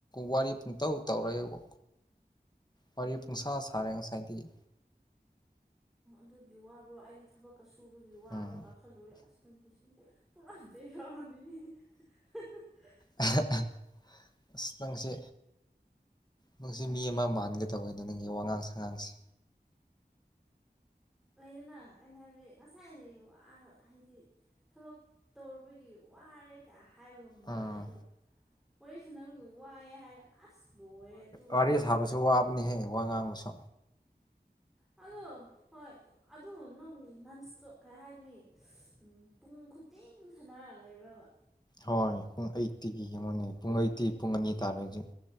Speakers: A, on the left; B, in the centre.
A: ꯋꯥꯔꯤ ꯄꯨꯡꯇꯧ ꯇꯧꯔꯑꯕ ꯋꯥꯔꯤ ꯄꯨꯡꯁꯥ ꯁꯥꯔꯦ ꯉꯁꯥꯏꯗꯒꯤ
B: ꯑꯗꯨꯗꯤ ꯋꯥꯕ꯭ꯔꯣ ꯑꯩꯗꯤ ꯊꯕꯛ ꯀ ꯁꯁꯨꯕꯒꯤ ꯋꯥꯕ꯭ꯔꯥ
A: ꯎꯝ
B: ꯀꯥꯈꯜꯂꯨꯔꯦ ꯑꯁꯇꯪꯒꯤꯁꯤ ꯄꯨꯔꯥ ꯕꯦꯔꯛꯑꯅꯤ <unintelligible>
A: ꯑ ꯑꯁꯇꯪꯁꯤ ꯅꯪꯁꯤ ꯃꯤ ꯑꯃ ꯃꯥꯟꯒ ꯇꯧꯕꯅꯦ ꯅꯪꯒꯤ ꯋꯥꯉꯥꯡ ꯁꯉꯥꯡꯁꯦ
B: ꯑꯣꯏꯗꯅ ꯑꯩꯅ ꯍꯥꯏꯕꯗꯤ ꯉꯁꯥꯏ ꯋꯥ ꯍꯥꯏꯗꯤ ꯊꯕꯛ ꯇꯧꯔꯨꯕꯒꯤ ꯋꯥꯔꯦꯒ ꯍꯥꯏꯕꯒ ꯃꯥꯜꯂꯦ
A: ꯎꯝ
B: ꯑꯗꯨꯒ ꯋꯥꯔꯤꯦ ꯁꯥꯟꯕꯤꯒ ꯋꯥꯏꯑꯦ ꯍꯥꯏꯔꯦ ꯑꯁ ꯂꯣꯏꯔꯦ ꯑꯗꯨ
A: ꯋꯥꯔꯤ ꯁꯥꯕꯁꯨ ꯋꯥꯕꯅꯤꯍꯦ ꯋꯥ ꯉꯥꯡꯕꯁꯨ
B: ꯎ ꯑꯗꯣ ꯍꯣꯏ ꯑꯗꯨ ꯅꯪ ꯅꯟꯁꯇꯣꯛ ꯀꯩ ꯍꯥꯏꯅꯤ ꯄꯨꯡ ꯈꯨ ꯃꯇꯦꯡ ꯁꯥꯟꯅꯔꯛ ꯂꯩꯕ꯭ꯔꯕ
A: ꯍꯣꯏ ꯄꯨꯡ ꯑꯩꯠꯇꯤꯒꯤ ꯌꯦꯡꯉꯣꯅꯦ ꯄꯨꯡ ꯑꯩꯠꯇꯤ ꯄꯨꯡ ꯑꯅꯤ ꯇꯥꯔꯦ ꯍꯧꯖꯤꯛ